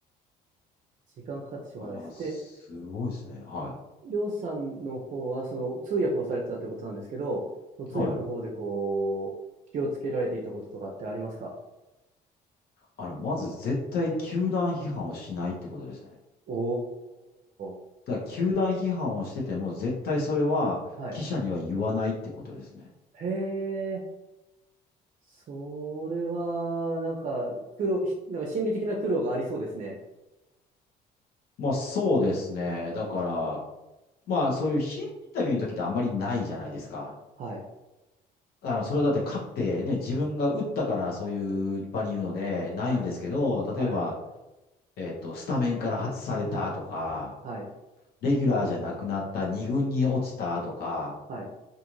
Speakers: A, on the right (about 50°); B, on the left (about 65°).
A: 時間かかってしょうがないです。
B: ああ、すごいですね。
A: で
B: は
A: りょうさんの方は、その通訳をされてたってことなんですけど、その通訳の方でこう、
B: い。はい。
A: 気をつけられていたこととかってありますか
B: あの、まず絶対球団批判をしないってことですね。
A: おー、
B: だから球団批判をしてても、絶対それは記者には言わないってことですね。
A: はい。へえ、それは、なんか、苦労、ひなんか心理的な苦労がありそうですね。
B: まあそうですね。だから、まあそういうヒーローインタビューの時ってあんまりないじゃないですか。
A: はい、
B: あの、それはだって勝ってね、自分が打ったからそういう場にいるので、ないんですけど、
A: はい、
B: 例えば、
A: はい、
B: えっと、スタメンから外されたとか、
A: はい、
B: レギュラーじゃなくなった二軍に落ちたとか、
A: はい。